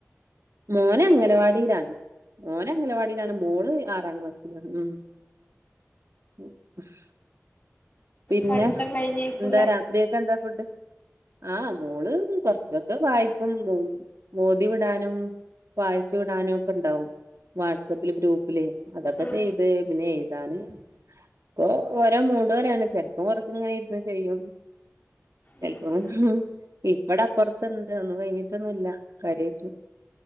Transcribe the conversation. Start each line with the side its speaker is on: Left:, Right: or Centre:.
Right: മോൻ അംഗൻവാടിയിലാണ് മോൻ അംഗൻവാടിയിലാണ് മോള് ആറാം ക്ലാസി ല് <unintelligible> പിന്നെ
Left: പഠിത്തം കഴിഞ്ഞേക്കൂലേ
Right: എന്താ രാത്രിയൊക്കെ എന്താ ഫുഡ് ആ മോള് കുറച്ചൊക്കെ വായിക്കും മോദി വിടാനും വായിച്ചു വിടാനൊക്കെണ്ടാവും വാട്സാപ്പിലെ ഗ്രൂപ്പിലെ അതൊക്കെ
Left: ഉം
Right: ചെയ്ത് പിന്നെ താണ് പ്പൊ ഓരോ മൂട് പോലെയാണ് ചെലപ്പോ കുറച്ച് ഇങ്ങനെ ഇരുന്നു ചെയ്യും ചെലപ്പൊ
Left: ഉം
Right: മ്‌ഹ്
Left: ഉം
Right: ഇപ്പൊ അപ്പറത്ത് ഒണ്ട് ഒന്നും കഴിഞ്ഞിട്ടൊന്നുമില്ല കാര്യയിട്ടും